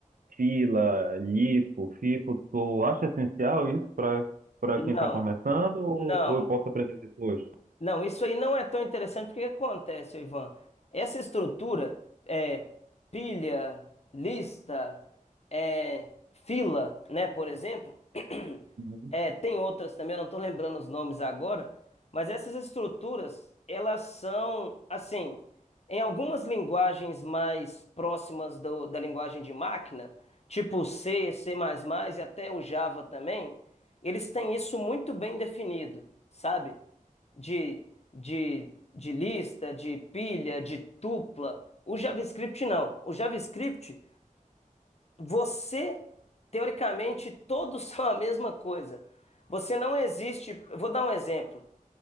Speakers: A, on the right; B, on the left.
A: fila, LIFO, FIFO, tu acha essencial isso para para
B: Não,
A: quem está começando ou,
B: não.
A: ou eu posso aprender depois?
B: Não, isso aí não é tão interessante porque o que acontece, Ivan? Essa estrutura é pilha, lista, é, fila, né, por exemplo. <clears throat>
A: Uhum,
B: É, tem outras também, eu não estou lembrando os nomes agora, mas essas estruturas, elas são, assim, em algumas linguagens mais próximas do- da linguagem de máquina, tipo C, C++ e até o Java também, eles têm isso muito bem definido, sabe? de, de, de lista, de pilha, de tupla. O JavaScript não. O JavaScript, você, teoricamente, todos <laughs> são a mesma coisa. Você não existe. eu Vou dar um exemplo